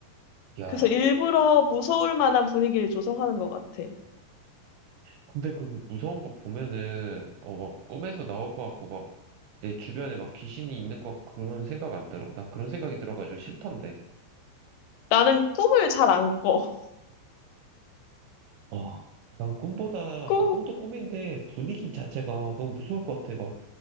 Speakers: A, on the right; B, on the left.
A: 야,
B: 그래서 일부러 무서울 만한 분위기를 조성하는 것 같아.
A: 근데 그그 무서운 거 보면은, 어, 막 꿈에서 나올 것 같고, 막 내 주변에 막 귀신이 있는 것 같고 그런 생각 안 들어? 난 그런 생각이 들어가지고 싫던데.
B: 나는 꿈을 잘 안 꿔. <laughs>
A: 아, 난 꿈보다,
B: 꿈,
A: 아, 꿈도 꿈인데 분위기 자체가 너무 무서울 것 같아. 막